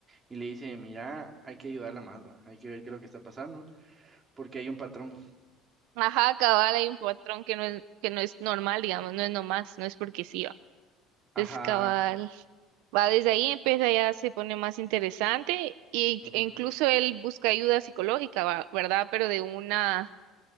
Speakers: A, on the right; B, on the right.
A: y le dice, mira, hay que ayudarla más, va, hay que ver qué es lo que está pasando, porque hay un patrón.
B: Ajá, cabal, hay un patrón que no es, que no es normal, digamos, no es nomás, no es porque sí. va.
A: Ajá,
B: Es cabal. Va, desde ahí empieza ya se pone más interesante y,
A: ujú.
B: e incluso él busca ayuda psicológica, va, ¿verdad? Pero de una